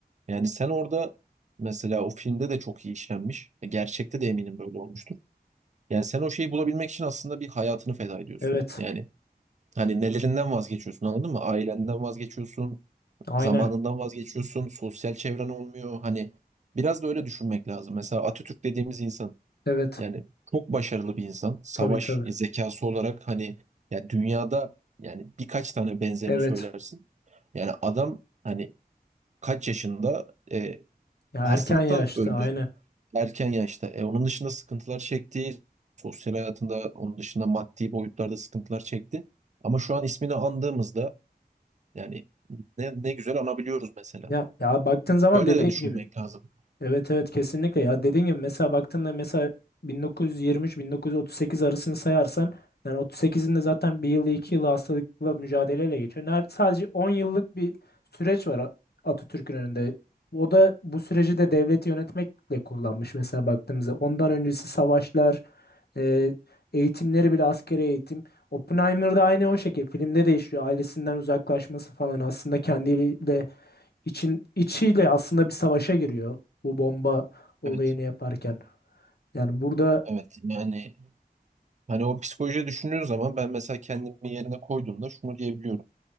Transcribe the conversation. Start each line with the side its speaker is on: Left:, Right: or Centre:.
Right: Yani sen orada mesela o filmde de çok iyi işlenmiş. E, Gerçekte de eminim böyle olmuştur. Yani sen o şeyi bulabilmek için aslında bir hayatını feda ediyorsun.
Left: Evet.
Right: Yani hani nelerinden vazgeçiyorsun anladın mı? Ailenden vazgeçiyorsun,
Left: Aynen.
Right: Zamanından vazgeçiyorsun, sosyal çevren olmuyor. Hani biraz da öyle düşünmek lazım. Mesela Atatürk dediğimiz insan
Left: Evet.
Right: yani çok başarılı bir insan. Savaş
Left: Tabii tabii.
Right: zekası olarak hani ya dünyada yani birkaç tane benzerini
Left: Evet.
Right: söylersin. Yani adam hani kaç yaşında e,
Left: Ya
Right: hastalıktan
Left: erken yaşta
Right: öldü
Left: aynen.
Right: erken yaşta. E, onun dışında sıkıntılar çekti. Sosyal hayatında onun dışında maddi boyutlarda sıkıntılar çekti. Ama şu an ismini andığımızda yani ne, ne güzel anabiliyoruz mesela.
Left: Ya, ya baktığın zaman
Right: Böyle
Left: dediğin
Right: de düşünmek
Left: gibi.
Right: lazım.
Left: Evet evet kesinlikle ya dediğim gibi mesela baktığında mesela 1923-1938 arasını sayarsan yani 38'in de zaten bir yılı iki yılı hastalıkla mücadeleyle geçiyor. Ner- sadece 10 yıllık bir süreç var A- Atatürk'ün önünde. O da bu süreci de devleti yönetmekle kullanmış mesela baktığımızda. Ondan öncesi savaşlar, e, eğitimleri bile askeri eğitim. Oppenheimer'da aynı o şekilde filmde de işliyor Ailesinden uzaklaşması falan aslında kendiyle için içiyle aslında bir savaşa giriyor bu bomba olayını
Right: Evet.
Left: yaparken. Yani burada
Right: Evet. Yani hani o psikolojiyi düşündüğün zaman ben mesela kendimi yerine koyduğumda şunu diyebiliyorum.